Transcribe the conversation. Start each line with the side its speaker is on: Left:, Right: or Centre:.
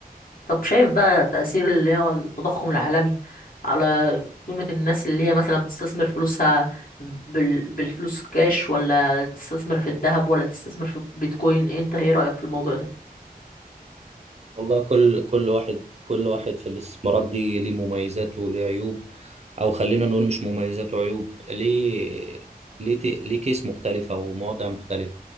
Left: طب شايف بقى تأثير اللي هو التضخم العالمي على قيمة الناس اللي هي مثلا بتستثمر فلوسها بال... بالفلوس كاش ولا تستثمر في الذهب ولا تستثمر في بيتكوين إيه انت ايه رأيك في الموضوع ده
Right: والله كل كل واحد كل واحد في الاستثمارات دي ليه مميزات وليه عيوب او خلينا نقول مش مميزات وعيوب ليه ليه ت- ليه كيس مختلفة ومواضع مختلفة